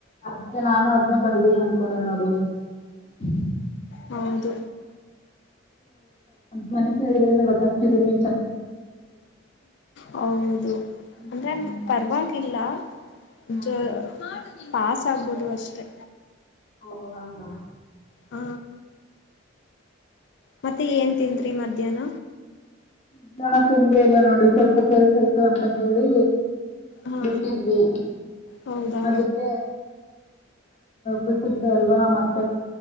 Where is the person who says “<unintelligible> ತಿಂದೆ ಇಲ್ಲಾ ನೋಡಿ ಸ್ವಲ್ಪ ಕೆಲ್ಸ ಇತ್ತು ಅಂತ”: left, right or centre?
Left